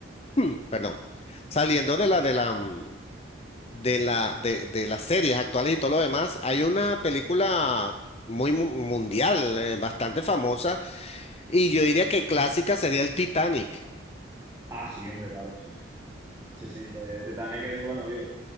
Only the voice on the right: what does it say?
Ajá.
Ah, sí, hombre, claro, sí, sí. Sí, sí, de, Titanic es bueno. Yo,